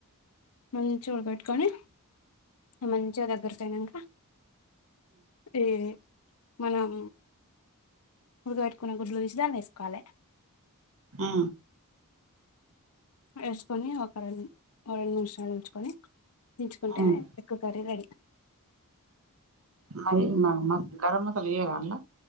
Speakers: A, on the left; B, on the right.
A: మంచిగ ఉడబెట్టుకొని మంచిగ దగ్గరకి అయినంక ఈ మనం పెట్టుకునే గుడ్లు చూసి దాన్ని వేసుకోవాలె
B: ఆ
A: వేసుకొని ఒక రెండు రెండు నిమిషాలు ఉంచుకొని దించుకుంటే
B: ఉమ్
A: ఎగ్ కర్రీ రెడీ
B: మరి మ మ గరం మసాలా ఏయ రా అండి